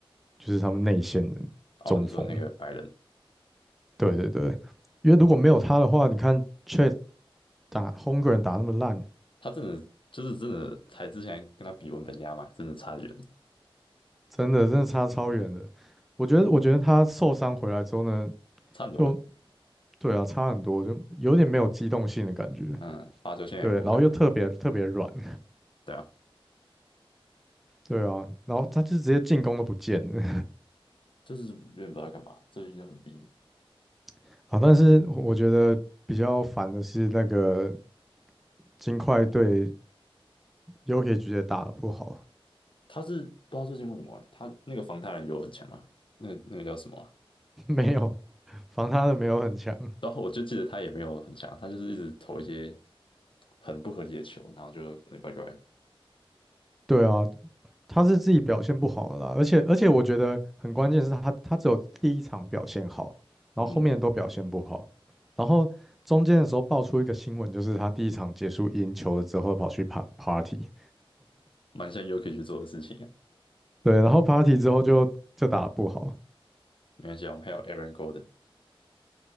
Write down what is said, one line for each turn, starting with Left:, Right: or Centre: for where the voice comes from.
Centre: 就是他们内线的中锋。
Left: 哦，你说那个白人，
Centre: 对对对，因为如果没有他的话，你看 Chet 打 Holmgren 打那么烂，
Left: 他真的就是真的，才之前跟他比文本压嘛，真的差得远，
Centre: 真的真的差超远的。我觉得我觉得他受伤回来之后呢，
Left: 差很多欸。
Centre: 就对啊，差很多，就有点没有机动性的感觉。
Left: 嗯，罚球线也不会，
Centre: 对，然后又特别特别软，<laughs>
Left: 对啊。
Centre: 对啊，然后他就直接进攻都不见了
Left: 就是有点不知道在干嘛，最近就很低迷。
Centre: <laughs> 啊。但是我觉得比较烦的是那个金块队又可以直接打得不好，
Left: 他是不知道最近为什么欸他那个防他人有很强啊，那个那个叫什么啊
Centre: <laughs> 没有防他的没有很强。
Left: 然后我就记得他也没有很强，他就是一直投一些很不合理的球，然后就有点怪怪的
Centre: 对啊，他是自己表现不好了啦，而且而且我觉得很关键是他他只有第一场表现好，然后后面都表现不好，
Left: 嗯，
Centre: 然后中间的时候爆出一个新闻，就是他第一场结束赢球了之后跑去 pa party，
Left: 蛮像 U K 去做的事情啊。
Centre: 对，然后 party 之后就就打得不好，
Left: 没关系啊，我们还有 Aaron g o r d e n